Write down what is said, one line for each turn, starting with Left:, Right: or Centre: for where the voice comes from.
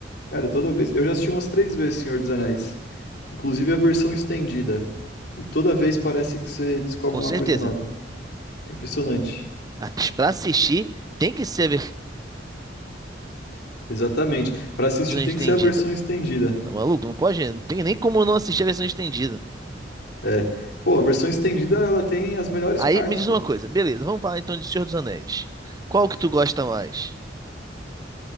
Left: Cara, toda vez. Eu já assisti umas três vezes Senhor dos Anéis, inclusive a versão estendida. E toda vez parece que você descobre
Right: Com
Left: uma
Right: certeza.
Left: coisa nova. É impressionante.
Right: Mas pra assistir, tem que ser a versão
Left: Exatamente. Pra assistir
Right: estendida,
Left: tem que ser a versão
Right: pô.
Left: estendida.
Right: Tá maluco? Não pode, não tem nem como não assistir a versão estendida.
Left: É. Pô, a versão estendida ela tem as melhores
Right: Aí
Left: partes,
Right: me diz
Left: pô.
Right: uma coisa, beleza, vamos falar então de Senhor dos Anéis. Qual que tu gosta mais?